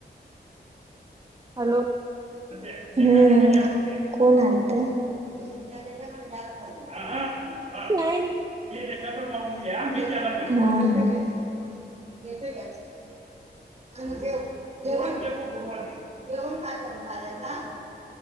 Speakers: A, on the right; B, on the right.
A: हॅलो!
B: हम्म कोण आलत? <unintelligible>
A: नाही मी
B: हा हा! <unintelligible> गुरुवारी जेवण काय करू? <unintelligible>